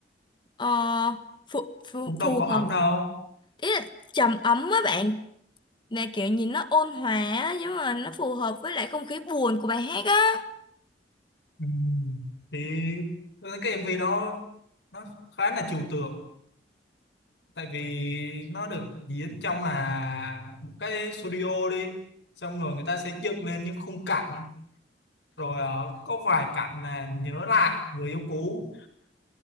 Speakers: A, on the left; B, on the left.
A: ờ, phù, phù,
B: cũng đâu
A: phù
B: có ấm
A: hợp
B: đâu
A: ý là trầm ấm á bạn là kiểu nhìn nó ôn hòa á, nhưng mà nó phù hợp với lại không khí buồn của bài hát á
B: ừ. thì tôi thấy cái MV đó nó khá là trừu tượng tại vì nó được diễn trong là một cái studio đi xong rồi người ta sẽ dựng lên những khung cảnh ý. rồi ờ, có vài cảnh là nhớ lại người yêu cũ